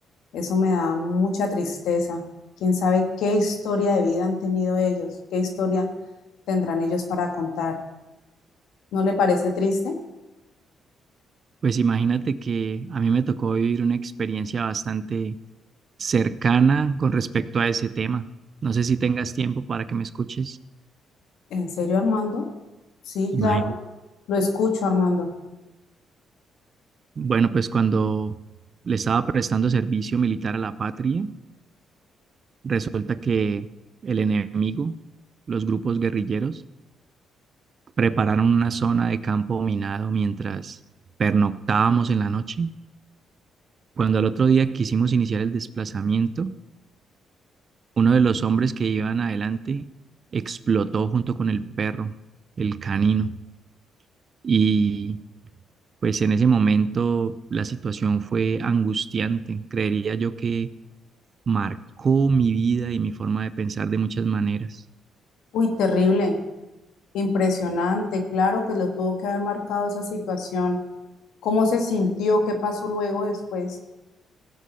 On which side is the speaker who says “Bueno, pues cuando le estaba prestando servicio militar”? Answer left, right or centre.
Right